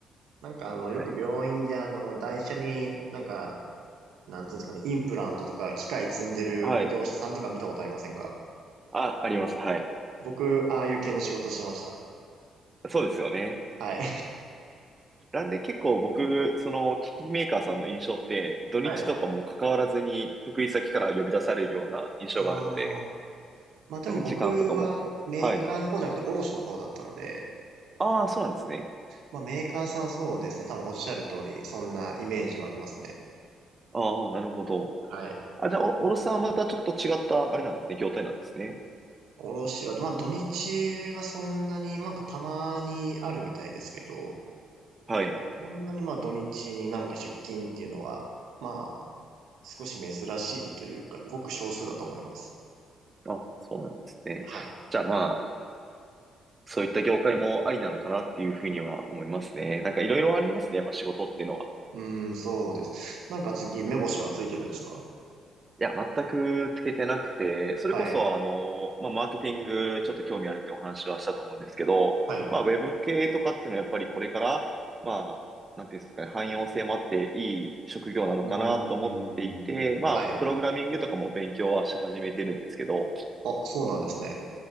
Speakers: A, on the right (about 80°); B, on the right (about 25°).
A: なんかあの、
B: はい。
A: よく病院であの、台車になんか、なんていうんですかね、インプラントとか機械積んでる業者さんとか見たことありませんか
B: はい。あ、あります。はい。
A: 僕、ああいう系の仕事してました。
B: そうですよね。
A: はい。
B: なんで結構僕、その、機器メーカーさんの印象って、土日とかも関わらずに、
A: はい。
B: 得意先から呼び出されるような印象があるので、
A: ああ、まあでも僕はメーカーの方じゃなくて卸の方だったので、
B: なんか時間とかもこう、はい。ああ、そうなんですね。
A: まあメーカーさんそうですね、多分おっしゃる通り、そんなイメージはありますね。
B: ああ、なるほど。
A: はい。
B: あ、じゃあ、お、おろさんはまたちょっと違った、あれなんですね、業態なんですね。
A: 卸は、まあ土日はそんなに、なんかたまにあるみたいですけど、
B: はい。
A: そんなにまあ土日になんか出勤っていうのは、まあ少し珍しいというか、ごく少数だと思います。
B: あ、そうなんですね。
A: はい。
B: じゃあまあ、そういった業界もありなのかなっていうふうには思いますね。なんかいろいろありますね、やっぱ仕事っていうのは。
A: うーん、そうです。なんか次、目星はついてるんですか
B: いや、全くつけてなくて、それこそ、
A: はい。
B: あの、まあ、マーケティング、ちょっと興味あるってお話はしたと思うんですけど、
A: はい。
B: まあ、ウェブ系とかっていうのはやっぱりこれから、まあ、なんていうんですかね、汎用性もあっていい職業なのかなと思っていて、
A: うーん、
B: まあ、
A: はい。
B: プログラミングとかも勉強はし始めてるんですけど、
A: あ、そうなんですね。